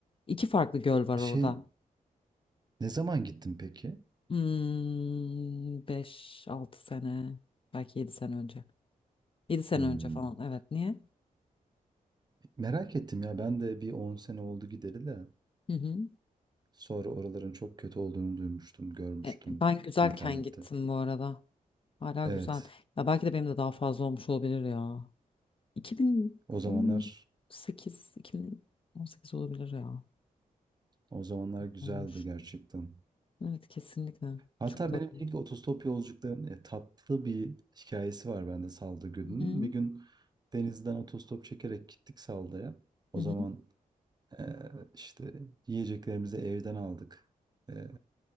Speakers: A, on the left; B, on the right.
A: İki farklı göl var
B: Bir
A: orada.
B: şey ne zaman gittin peki?
A: Hmm, 5-6 sene belki 7 sene önce. Yedi sene
B: Hmm.
A: önce falan evet niye?
B: Merak ettim ya ben de bir 10 sene oldu gideli de
A: Hı hı.
B: sonra oraların çok kötü olduğunu duymuştum, görmüştüm
A: E, ben güzelken
B: internette.
A: gittim bu arada. Hala
B: Evet.
A: güzel. Ya belki de benim de daha fazla olmuş olabilir ya. 2018,
B: O zamanlar
A: 2018 olabilir ya.
B: O zamanlar güzeldi
A: Olmuş.
B: gerçekten.
A: Evet kesinlikle.
B: Hatta
A: Çok da.
B: benim ilk otostop yolculuklarım e, tatlı bir hikayesi var bende Salda Gölü'nün.
A: Hı hı.
B: Bir gün denizden otostop çekerek gittik Salda'ya. O
A: hı
B: zaman
A: hı.
B: e, işte yiyeceklerimizi evden aldık. E,